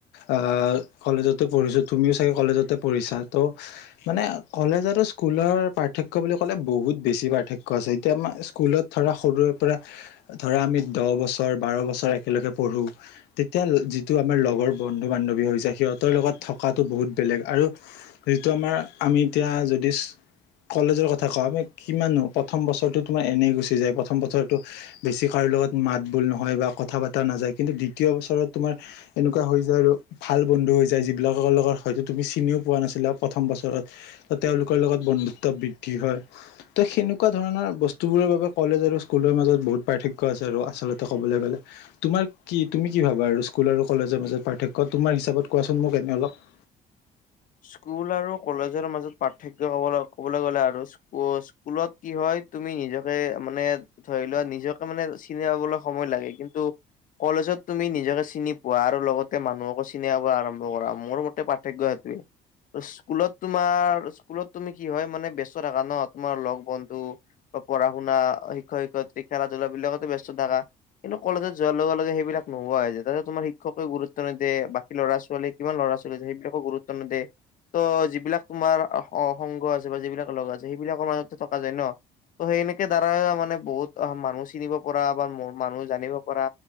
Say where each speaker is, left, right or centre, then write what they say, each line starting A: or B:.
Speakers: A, on the left (about 90°); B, on the left (about 50°).
A: আহ কলেজতে পঢ়িছো তুমিও চাগে কলেজতে পঢ়িছা ত' মানে কলেজ আৰু স্কুলৰ পাৰ্থক্য বুলি ক'লে বহুত বেছি পাৰ্থক্য আছে এতিয়া আমাৰ স্কুলত ধৰা সৰুৰে পৰা ধৰা আমি দহ বছৰ বাৰ বছৰ একেলগে পঢ়ো। তেতিয়া যিটো আমাৰ লগৰ বন্ধু বান্ধৱী হৈ যায় সিহঁতৰ লগত থকাটো বহুত বেলেগ আৰু যিটো আমাৰ আমি এতিয়া যদি কলেজৰ কথা কওঁ আমি কিমাননো প্ৰথম বছৰটো তোমাৰ এনেই গুচি যায়। প্ৰথম বছৰটো বেছি কাৰো লগত মাত বোল নহয় বা কথা পতা নাযায়। কিন্তু দ্বিতীয় বছৰত তোমাৰ এনেকুৱা হৈ যায় আৰু ভাল বন্ধু হৈ যায় যিবিলাকৰ লগত হয়তো তুমি চিনিও পোৱা নাছিলা প্ৰথম বছৰত। ত' তেওঁলোকৰ লগত বন্ধুত্ব বৃদ্ধি হয়। ত' সেনে সেনেকুৱা ধৰণৰ বস্তুবোৰৰ বাবে কলেজ আৰু স্কুলৰ মাজত বহুত পাৰ্থক্য আছে আৰু আচলতে ক'বলে গ'লে। তোমাৰ কি তুমি কি ভাবা আৰু স্কুল আৰু কলেজৰ মাজত পাৰ্থক্য তোমাৰ হিচাপত কোৱাচোন মোক এনেই অলপ?
B: স্কুল আৰু কলেজৰ মাজত পাৰ্থক্য ক'বলে ক'বলে গ'লে আৰু ৱ স্কুলত কি হয় তুমি নিজকে মানে ধৰি লোৱা নিজকে মানে চিনি পাবলৈ সময় লাগে কিন্তু কলেজত তুমি নিজকে চিনি পোৱা আৰু লগতে মানুহকো চিনি পাব আৰম্ভ কৰা মোৰ মতে পাৰ্থক্য সেইটোৱে। স্কুলত তোমাৰ স্কুলত তুমি কি হয় মানে ব্যস্ত থাকা ন তোমাৰ লগ বন্ধু। পঢ়া-শুনা, শিক্ষয়-শিক্ষয়িত্ৰী খেলা ধূলা বিলাকতো ব্যস্ত থাকা। কিন্তু কলেজত যোৱাৰ লগে-লগে সেইবিলাক নোহোৱা হৈ যায়। তাতে তোমাৰ শিক্ষকে গুৰুত্ব নিদিয়ে বা, কি ল'ৰা ছোৱাল কিমান ল'ৰা ছোৱালী সেইবাক গুৰুত্ব নেদে। ত' যিবিলাক তোমাৰ সংঘ আছে বা যিবিলাক লগ আছে সেইবিলাকৰ মাজতো থকা যায় ন। ত সেই এনেকে দ্বাৰা মানে বহুত মানুহ চিনিব পৰা বা মানুহ জানিব পৰা।